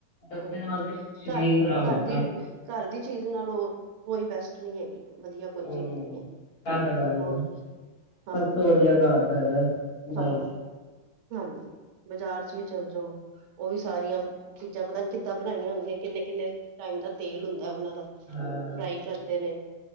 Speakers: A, on the left (about 50°); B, on the right (about 80°).
A: ਡੱਬੇ
B: ਹੋਰ
A: ਨਾਲ ਤੇ ਸਰੀਰ
B: ਘਰ,
A: ਖ਼ਰਾਬ
B: ਘਰ
A: ਹੁੰਦਾ।
B: ਦੀ। ਘਰ ਦੀ ਚੀਜ਼ ਨਾਲੋਂ, ਕੋਈ ਬੈਸਟ ਨਹੀਂ ਹੈਗੀ। ਵਧੀਆ ਕੋਈ
A: ਹੂੰ।
B: ਚੀਜ਼ ਨੀ ਹੈ
A: ਐ ਤਾਂ ਗੱਲ
B: ਹੋਰ
A: ਏ,
B: ਕੀ। ਹਾਂਜੀ
A: ਸਭ ਤੋਂ ਵਧੀਆ ਕਾਰ ਦਾ ਹੈਗਾ ਡਾਈਟ
B: ਹਾਂ ਹਾਂਜੀ ਬਾਜ਼ਾਰ ਚ ਵੀ ਚੱਲ ਜੋ। ਓ ਵੀ ਸਾਰੀਆਂ ਚੀਜ਼ਾਂ ਪਤਾ ਨੀ ਕਿੱਦਾਂ ਬਣਾਈਆਂ ਹੁੰਦੀਆਂ। ਕਿੰਨੇ-ਕਿੰਨੇ ਟਾਈਮ ਦਾ ਤੇਲ ਹੁੰਦਾ ਓਨਾਂ ਦਾ
A: ਹਾਂ
B: ਫਰਾਈ ਕਰਦੇ ਨੇ